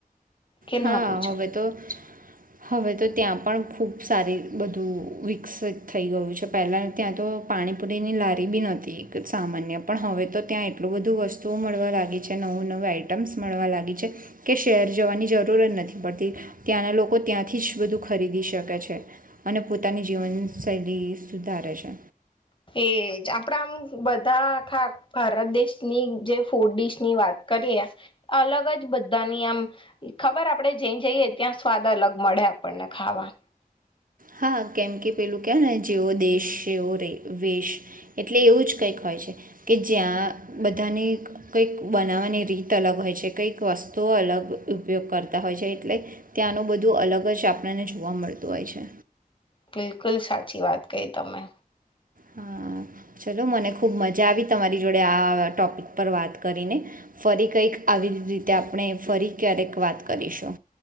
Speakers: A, on the left; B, on the right.
A: કે
B: હા
A: ના પૂછો
B: હવે તો. હવે તો ત્યાં પણ ખુબ સારી બધું વિકસિત થઈ ગયું છે પહેલા ત્યાં તો પાણીપુરીની લારી બી ન એક સામાન્ય પણ હવે તો ત્યાં એટલું બધું વસ્તુઓ મળવા લાગી છે નવું નવું આઈટમ્સ મળવા લાગી છે કે શેર જવાની જરૂર. જરૂર જ નથી પડતી ત્યાંના લોકો ત્યાંથી જ બધું ખરીદી શકે છે અને પોતાની જીવનશૈલી સુધારે છે.
A: એજ આપડા આમ બધા આા ભારત દેશની જે ફૂડ ડીશ ની વાત કરીએ અલગ જ બધાની આમ ખબર આપણેે જ જઈએ ત્યાં સ્વાદ અલગ મળે આપણને ખાવા.
B: હા કેમ કે પેલું કહેવાય ને જેવો દેશ જેવો ર વેશ એટલે એવું જ કંઈક હોય છે કે જ્યાં બધાની કંઈક બનાવવાની રીત અલગ હોય છે કંઈક વસ્તુઓ અલગ ઉપયોગ કરતા હોય છે એટલે ત્યાંનું બધું અલગ જ આપણને જોવા મળતું હોય છે.
A: બિલકુલ સાચી વાત કહી તમે.
B: હા ચલો મને ખુબ મજા આવી તમારી જોડે આ ટોપિક પર વાત કરીને ફરી કંઈક આવી રીતે આપણે ફરી ક્યારેક વાત કરીશું.